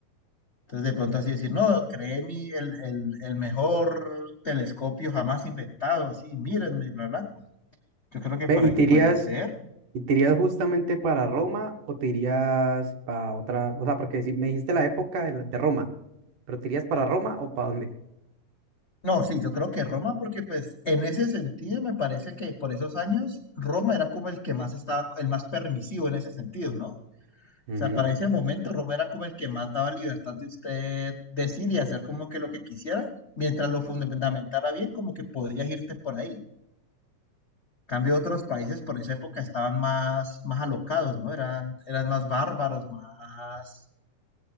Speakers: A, on the left; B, on the right.
A: Entonces de pronto así decir, no, creé mi, el, el, el mejor telescopio jamás inventado, así, mírenme, bla, bla. Yo creo que
B: Ve,
A: por
B: ¿Y
A: ahí
B: te
A: puede
B: irías,
A: ser.
B: y te irías justamente para Roma o te irías para otra? O sea, porque si me dijiste la época de, la- de Roma, pero ¿te irías para Roma o para dónde?
A: No, sí, yo creo que Roma, porque pues en ese sentido me parece que por esos años Roma era como el que más estaba, el más permisivo en ese sentido, ¿no?
B: Ujú.
A: sea, para ese momento Roma era como el que más daba libertad de usted decir y hacer como que lo que quisiera, mientras lo fundamentara bien, como que podías irte por ahí. Cambio otros países por esa época estaban más, más alocados, ¿no? Eran, eran más bárbaros, más,